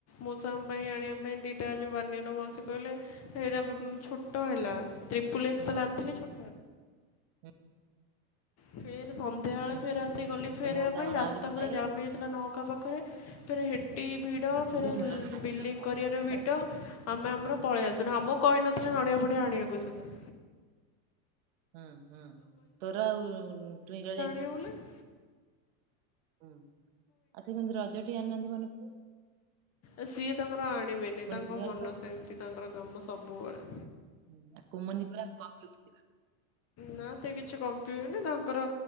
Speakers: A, on the left; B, on the right.
A: ମଉସା ଙ୍କ ପାଇଁ ଆଣିବା ପାଇଁ ଦି ଟା ଯୋଉ ବାନିଅନ ମାଉସି କହିଲେ ସେଇରା ଛୋଟ ହେଲା ତ୍ରିପୁଲ ଏକ୍ସଲେ
B: ହୁଁ
A: ଆଣିଥିଲେ ଛୋ
B: ହୁଁ
A: ଫେର ସନ୍ଧ୍ୟାବେଳେ
B: ହୁଁ
A: ଫେର ଆସି ଗଲି ଫେରେଇବା
B: ତ ମଉସା
A: ପାଇଁ
B: କଣ
A: ରାସ୍ତା
B: ଆହୁରି ମୋଟା
A: ପୁରା
B: ହେଇଗଲାଣି
A: ଜାମ୍ ହେଇଥିଲା ନହକା ପାଖରେ। ଫେରେ ହେଟି ଭିଡ ଫେରେ
B: ଇଲୋ ମା ଆଜି
A: ବିଲଙ୍ଗ
B: ପା ପ୍ରବଳ
A: କରିବାରେ
B: ଭିଡ଼।
A: ଭିଡ ଆମେ ଆମର ପଳେଇ ଆସିନୁ ଆମକୁ କହିନଥିଲେ
B: ହୁଁ
A: ନଡିଆ ଫଡିଆ ଆଣିବାକୁ ସୁଧା।
B: ହୁଁ ହୁଁ ତୋର ଟୁଇଙ୍କଲ ର ଯାଇଥିଲ?
A: କିଉଲେ <inaudible>
B: ହୁଁ ଆଉ ସେ କିନ୍ତି ରଜଟେ ଆଣିନାହାନ୍ତି ମନେପକେଇ।
A: ଏ ସିଏ ତାଙ୍କର ଆଣିବେନି ତାଙ୍କ
B: ଝିଅର
A: ମନ
B: ତ
A: ସେମିତି ତାଙ୍କର କାମ ସବୁବେଳେ
B: ହୁଁ କୁମନ୍ଦି ପୁରା କମ୍ପିଉଠି
A: ନା ସେ କିଛି କମ୍ପିବେନି ତାଙ୍କର